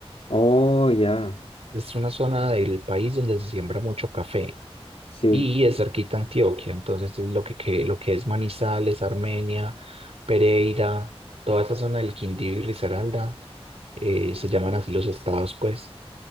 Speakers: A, on the left; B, on the right.
A: Oh, ya.
B: Es una zona del país donde se siembra mucho café.
A: Sí.
B: y es cerquita a Antioquia. Entonces, es lo que, que- lo que es Manizales, Armenia, Pereira, toda esa zona del Quindío y Risaralda, eh, se llaman así los estados, pues,